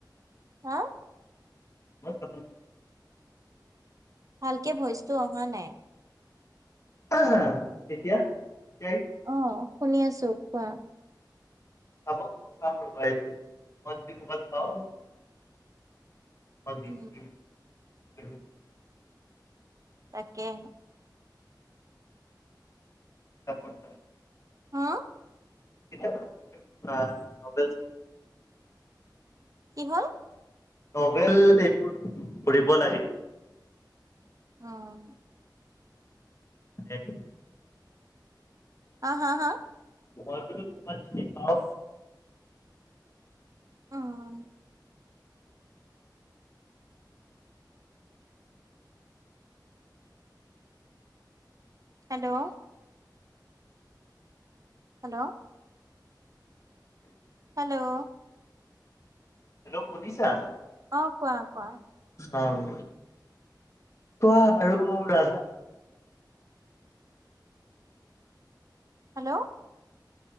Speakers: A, on the right; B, on the left.
A: হা
B: <unintelligible> <unintelligible>
A: ভালকে ভইচ্‌টো অহা নাই।
B: হঁহ্‌- হাঁ- তেতীয়া--দেইত
A: অঁ, শুনি আছো। কোৱা?
B: চাক ' চাম ৰ'বা এক মিনিত, মই যদি কবাত পাও অ গিন্‌
A: উম
B: গিন্‌ উম
A: তাকে
B: তাই কোন হ'য়?
A: হঁ
B: কিতাব, অঁ নভেল।
A: কি হ'ল?
B: নভেল--এইবোৰ, পঢ়িব লাগে।
A: অঁ
B: এক্‌
A: আঁ হাঁ-হাঁ
B: পাচিন, পাচিন পাও
A: অঁ-হ হেল্লৌ হেল্ল'
B: উ <unintelligible> <unintelligible>
A: হেল্লৌ
B: হেল্লৌ', শুনিছা?
A: অ কোৱা কোৱা
B: অঁ, কোৱা আৰু মোৰ--ৰাজ
A: হেল্ল'